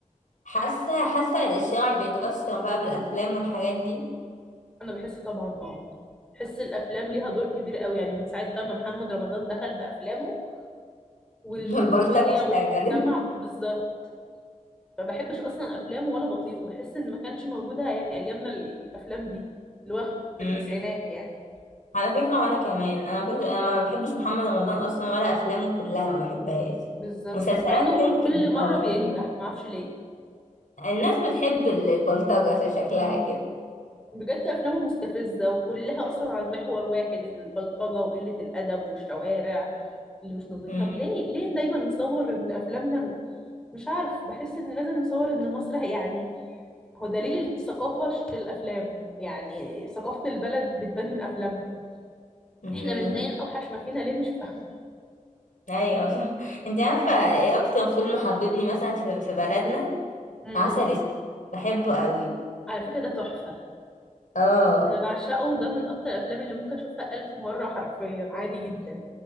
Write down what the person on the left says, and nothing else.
حاسة حاسة الشارع بيتأثر بقى بالأفلام والحاجات دي
<laughs> والبلطجة اشتغلت
أمم.
على فكرة وأنا كمان أنا كنت أنا ما بحبش محمد رمضان أصلا ولا أفلامه كلها ما بحبهاش
مسلسلات
ممكن
اه
لكن
الناس بتحب ال- البلطجة شكلها كده
أمم.
أمم.
ايوه صح انت عارفه ايه اكتر فيلم حببني مثلا في, في بلدنا
عسل اسود بحبه قوي
اه